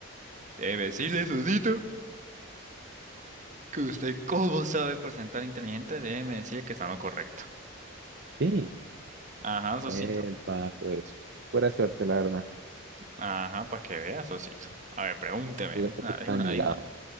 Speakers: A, on the right; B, on the right.
A: Debe decirle, Sosito, que usted cómo sabe presentar inteligente, déjeme decirle que está en lo correcto.
B: Sí,
A: Ajá, Sosito.
B: epa, pues, buena suerte, la verdad.
A: Ajá, para que vea, Sosito. A ver, pregúnteme,
B: La suerte
A: una,
B: está
A: de una,
B: de mi
A: de
B: lado.
A: una.